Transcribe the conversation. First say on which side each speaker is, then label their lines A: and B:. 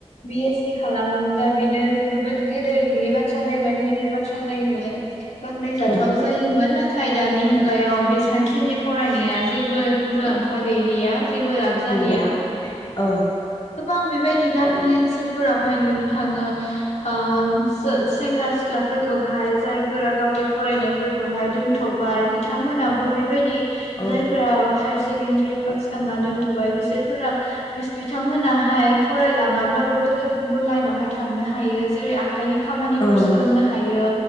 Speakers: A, on the left; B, on the left.
A: बि एस सि खालामोनब्ला बेनो जोबोद गेदेर बि बाथ्रा जायोमोन गिदिर बाथ्रा जायोमोन बाखनायजाथाव
B: औ
A: जायोमोन नाथाय नाथाय दानि मुगायाव बेसेबांखिनि फरायनाया जेबो मुलाम्फा गैलिया जेबो लाब जालिया
B: नंगौ औ
A: गोबां बेबायदि गामि ओनसोलफोरावहाय नुनो थाङो ओ सेंग्रा सिख्लाफोरखौहाय जायफोरा गावनि फरायनायफोरखौहायूतू थ'बाय बिथांमोनाबो बेबायदि
B: औ
A: जायफोरा
B: औ
A: हायार से सेकडारि पास खालामना दोनथ'बाय बिसोरफोरा बिथांमोनाहाय फरायलाङाब्लाबो बेलेग गुबुन लाइनावहाय थांनो हायो जेरै आखायनि खामानिफोर
B: उम
A: सोलोंनो हायो